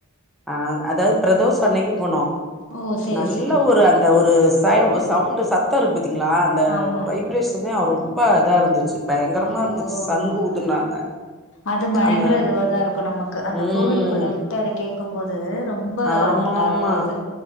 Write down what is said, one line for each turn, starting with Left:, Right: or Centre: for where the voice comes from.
Centre: அ அதாவது பிரதோஷ அன்னைக்கு போனோ
Left: ஓ செரி
Centre: நல்ல
Left: செரி
Centre: ஒரு அந்த ஒரு சவுண்ட் சத்த இருக்கு பாத் திங்கல அந்த
Left: ஆமா
Centre: வைப்ரேஷனே ரொம்ப இதா இருந்துச்சு பயங்கரமா
Left: ஓ
Centre: இருந்துச்சு சங்கு ஊதுனாங்க
Left: ஆ அது பயங்கர
Centre: அந்த
Left: இதுவதா இருக்கு நமக்கு அந்த
Centre: ம்
Left: கோவிலுக்குள்ள இருந்துட்டு அத கேட்கு போது ரொம்ப
Centre: ஆமா
Left: நல்லா
Centre: ஆமா
Left: இருக்கு அது